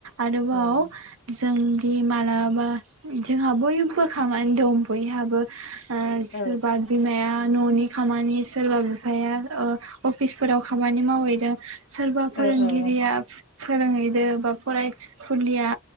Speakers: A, on the right; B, on the left.
A: आरोबाव
B: ओ
A: जोंदि मालाबा जोंहा बयबो खामानि दं बयहाबो ओ सोरबा
B: औ
A: बिमाया ननि खामानि सोरबा बिफाया ओ अफिसफोराव खामानि मावहैदों सोरबा फोरोंगिरिया
B: औ
A: फोरोंहैदो बा फरायसुलिया